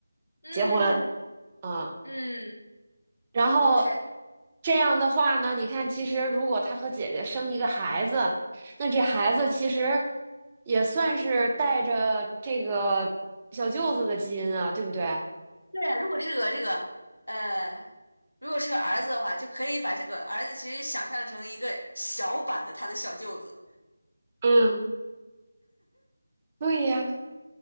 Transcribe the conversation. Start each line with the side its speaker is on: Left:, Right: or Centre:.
Left: 嗯
Right: 结婚，嗯。
Left: 嗯
Right: 然后
Left: ，OK，
Right: 这样的话呢，你看，其实如果他和姐姐生一个孩子，那这孩子其实也算是带着这个小舅子的基因啊，对不对？
Left: 对啊，如果是个这个呃，如果是个儿子的话，就可以把这个儿子其实想象成一个小版的他的小舅子。
Right: 嗯，对呀。